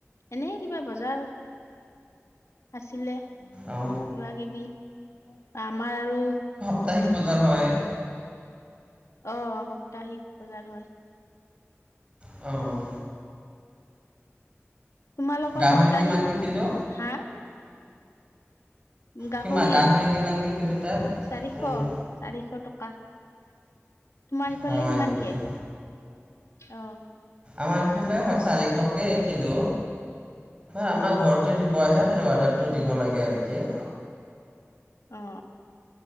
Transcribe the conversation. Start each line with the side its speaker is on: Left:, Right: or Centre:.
Left: এনে কিবা বজাৰ আছিলে
Right: অঁ
Left: কিবা কিবি আমাৰ আৰু
Right: সাপ্তাহিক বজাৰ হয়।
Left: অ', সাপ্তাহিক বজাৰ হয়।
Right: অ',
Left: তোমালোকৰ
Right: গাহৰি
Left: সপ্তাহিক,
Right: কিমানকৈ কিলো
Left: হা। গাহৰি,
Right: কিমা কিমানকৈ কিলো তাত
Left: চাৰিশ।
Right: উম,
Left: চাৰিশ টকা, তোমাৰ সেইফালে
Right: হয়
Left: কিমান
Right: নেকি
Left: কে। অ',
Right: আমাৰ এইফালে চাৰিশকৈ কিলো, আমাৰ
Left: অ
Right: ঘৰতে দিব আহে। খালি অৰ্ডাৰটো দিব লাগে আৰু কি।
Left: অ